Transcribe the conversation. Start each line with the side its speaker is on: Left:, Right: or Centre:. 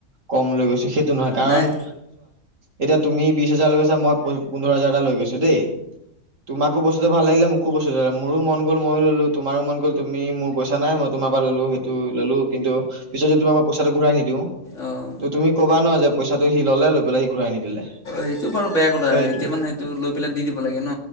Right: কম লৈ গৈছো সেই- টো নহয় কাৰণ-
Left: নাই
Right: এতিয়া তুমি বিশ হাজাৰ লৈ গৈছা মই- পোন্ধৰ হাজাৰ এটা লৈ গৈছো। দেই তোমাকো বস্তু- ভাল লাগিলে মোকো মোৰো মন গ'ল মইও লৈ ললো। তোমাৰো মন গ'ল তুমি মোৰ নাই মই তোমাৰ পৰা ললো সেইটো ললো কিন্তু পিছত যদি তোমাক মই পইছাটো ঘূৰাই নিদিও-
Left: অঁ
Right: ত তুমি ক'বা নহ- ত সি ললে লৈ পেলাই ঘূৰাই নিদিলে।
Left: সেইটো বাৰু বেয়া কথা
Right: সেইটো
Left: এতিয়া মানে সেইটো লৈ পেলাই দি দিব লাগে ন